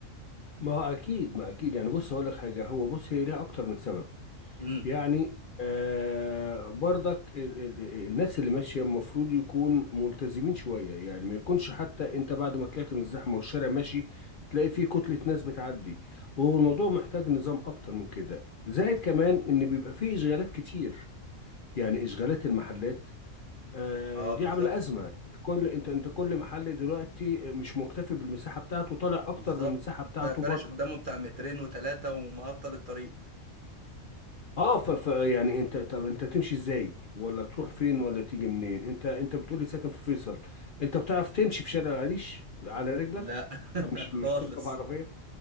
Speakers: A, on the left; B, on the right.
A: ما هو اكيد ما اكيد يعني بص هقول لك حاجه هو بص هي ليها اكتر من سبب
B: امم
A: يعني آه برضك ال- ال- ال- الناس اللي ماشية المفروض يكون ملتزمين شوية يعني ما يكونش حتى انت بعد ما طلعت من الزحمة والشارع ماشي تلاقي فيه كتلة ناس بتعدي وهو الموضوع محتاج نظام اكتر من كده زائد كمان ان بيبقى فيه اشغالات كتير يعني اشغالات المحلات آه
B: اه
A: دي
B: بالظبط
A: عاملة ازمة كل انت انت كل محل دلوقتي مش مكتفي بالمساحة بتاعته طالع اكتر
B: بالظبط
A: من المساحة
B: انت
A: بتاعته
B: فرش
A: بره
B: قدامه بتاع مترين وتلاتة ومعطل الطريق
A: اه ف... ف... يعني انت طب انت تمشي ازاي ولا تروح فين ولا تيجي منين انت انت بتقولي ساكن في فيصل انت بتعرف تمشي في شارع العريش على رجلك
B: لا <laughs>
A: مش مش تركب
B: خالص
A: عربيه